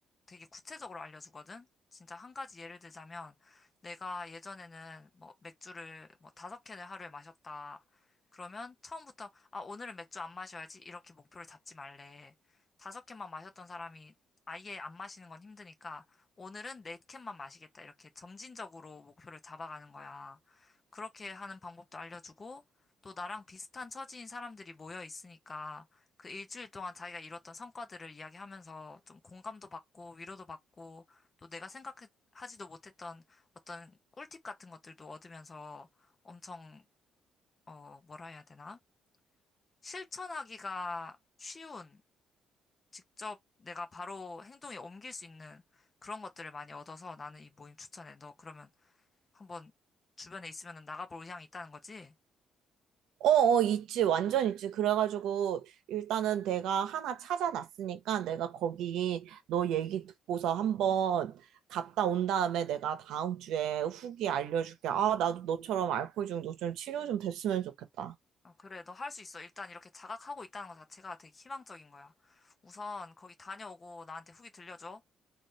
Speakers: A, on the left (about 25°); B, on the right (about 80°).
A: 되게 구체적으로 알려주거든? 진짜 한 가지 예를 들자면, 내가 예전에는 뭐 맥주를 뭐 다섯 캔을 하루에 마셨다. 그러면 처음부터, 아, 오늘은 맥주 안 마셔야지. 이렇게 목표를 잡지 말래. 다섯 캔만 마셨던 사람이 아예 안 마시는 건 힘드니까, 오늘은 네 캔만 마시겠다. 이렇게 점진적으로 목표를 잡아가는 거야. 그렇게 하는 방법도 알려주고, 또 나랑 비슷한 처지인 사람들이 모여 있으니까 그 일주일 동안 자기가 이뤘던 성과들을 이야기하면서 좀 공감도 받고 위로도 받고 또 내가 생각하지도 못했던 어떤 꿀팁 같은 것들도 얻으면서 엄청, 어, 뭐라 해야 되나? 실천하기가 쉬운, 직접 내가 바로 행동에 옮길 수 있는 그런 것들을 많이 얻어서 나는 이 모임 추천해. 너 그러면 한번 주변에 있으면 나가볼 의향이 있다는 거지?
B: 어, 어, 있지. 완전 있지. 그래가지고 일단은 내가 하나 찾아놨으니까 내가 거기 너 얘기 듣고서 한번 갔다 온 다음에 내가 다음 주에 후기 알려줄게. 아, 나도 너처럼 알코올 중독 좀 치료 좀 됐으면 좋겠다.
A: 어, 그래, 너 할 수 있어. 일단 이렇게 자각하고 있다는 것 자체가 되게 희망적인 거야. 우선 거기 다녀오고 나한테 후기 들려줘.